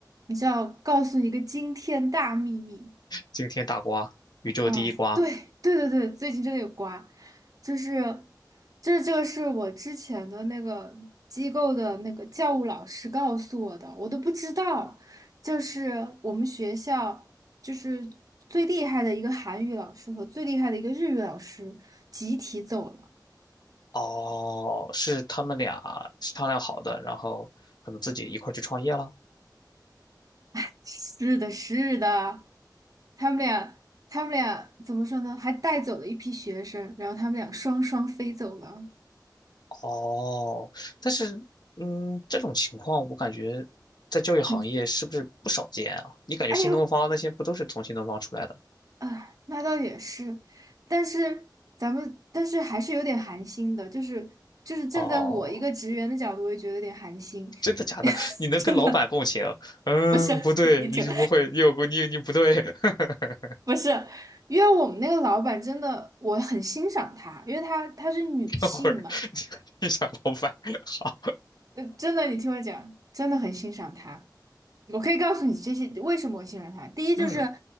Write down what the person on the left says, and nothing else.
惊天大瓜，宇宙第一瓜。
哦，是他们俩商量好的，然后可能自己一块儿去创业了。
哦，但是，嗯，这种情况我感觉在教育行业是不是不少见啊？
你感觉新东方那些不都是从新东方出来的？
哦，
真的假的？你能跟老板共情？
嗯，
不对，
你是不会，你有过，你你不对。<laughs>
等会儿你你想老板，<laughs> 好，
嗯，